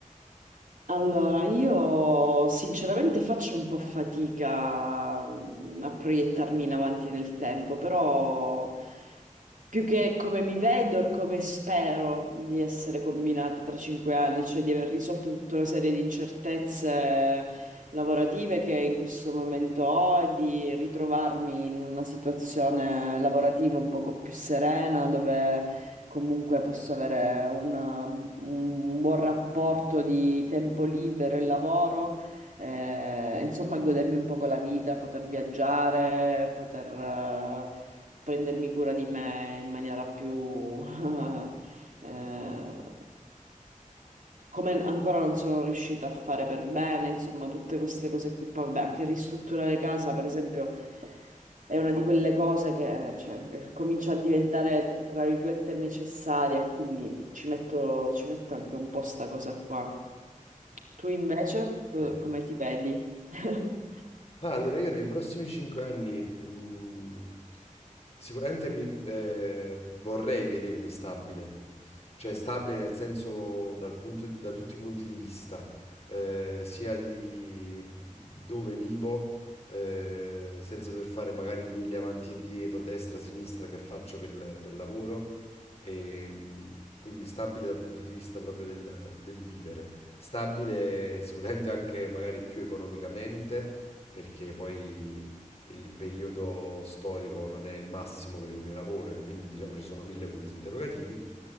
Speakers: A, on the right (about 75°); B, on the left (about 50°).
A: Allora, io sinceramente faccio un po' fatica mm, a proiettarmi in avanti nel tempo, però Più che come mi vedo e come spero di essere combinata tra cinque anni, cioè di aver risolto tutta una serie di incertezze lavorative che in questo momento ho e di ritrovarmi in una situazione lavorativa un poco più serena, dove comunque posso avere una- un buon rapporto di tempo libero e lavoro eh, insomma, godermi un poco la vita, poter viaggiare, poter eh, prendermi cura di me in maniera più <laughs> eh, come ancora non sono riuscita a fare per bene, insomma, tutte queste cose qui. Poi, Vabbè, anche ristrutturare casa, per esempio, è una di quelle cose che cioè, comincia a diventare, tra virgolette, necessaria, e quindi ci metto, ci metto anche un po' sta cosa qua. Tu invece, co-
B: Eh,
A: come ti vedi? <laughs>
B: Ah, allora io nei prossimi cinque anni mh, sicuramente mi, eh, vorrei vedermi stabile, cioè stabile nel senso dal punto- da tutti i punti di vista, eh, sia di dove vivo, eh, senza dover fare magari miglia avanti e dietro, destra, sinistra che faccio per, il- per lavoro, e, mh, quindi stabile dal punto di vista proprio del del vivere, stabile sicuramente anche magari più economicamente perché poi il periodo storico non è il massimo per il mio lavoro e quindi diciamo ci sono mille punti interrogativi,